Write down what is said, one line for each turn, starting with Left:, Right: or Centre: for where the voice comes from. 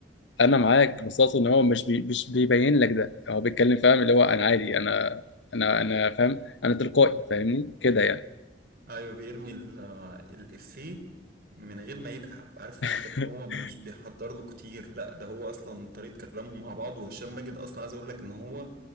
Left: انا معاك بس اقصد ان هو مش بي... مش بيبين لك ده هو بيتكلم فاهم اللي هو انا عادي انا انا انا فاهم انا تلقائي فاهمني كده يعني
Right: ايوه بيرمي ال- الافيه من غير ما يتعب عارف انت
Left: <laughs>
Right: اللي هو مش بيحضر له كتير لا ده هو اصلا طريقة كلامهم مع بعض وهشام ماجد اصلا عايز اقول لك ان هو